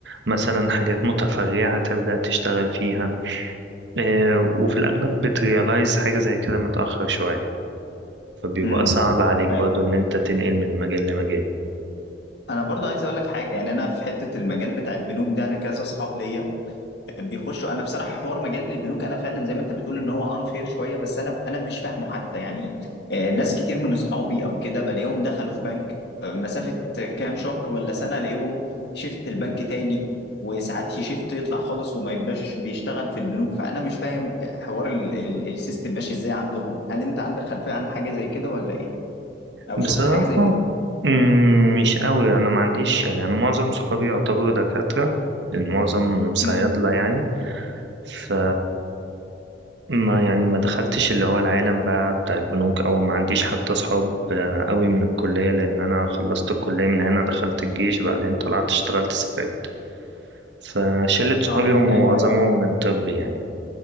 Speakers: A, on the right (about 80°); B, on the left (about 65°).
A: مثلا حاجات متفرعة تبدأ تشتغل فيها آه، وفي الاغلب بتريالايز حاجة زي كده متأخر شوية فبيبقى
B: امم
A: صعب عليك
B: فاهم
A: برضو ان انت تنقل من مجال لمجال
B: انا برضه عايز اقول لك حاجه يعني انا في حته المجال بتاع البنوك ده انا كذا اصحاب ليا بيخشوا انا بصراحه حوار مجال البنوك انا فعلا زي ما انت بتقول ان هو انفير شويه بس انا انا مش فاهمه حتى يعني آه، ناس كتير من اصحابي او كده بلاقيهم دخلوا في بنك آه، مسافه كام شهر ولا سنه الاقيهم شيفت البنك تاني وساعات يشيفت يطلع خالص وما يبقاش بيشتغل في البنوك فانا مش فاهم حوار ال- ال- السيستم ماشي ازاي عندهم هل انت عندك خلفيه عن حاجه زي كده ولا ايه او
A: بصراحة
B: شفت حاجه زي كده
A: مم، مش قوي انا ما عنديش يعني انا معظم صحابي يعتبروا دكاترة المعظم صيادلة
B: امم
A: يعني ف ما يعني ما دخلتش اللي هو العالم بقى بتاع البنوك او ما عنديش حتى اصحاب آه، قوي من الكلية لان انا خلصت الكلية من هنا دخلت الجيش بعدين طلعت اشتغلت سافرت فشلة صحابي
B: اه يعني
A: هم
B: انت انت
A: معظمهم من طب يعني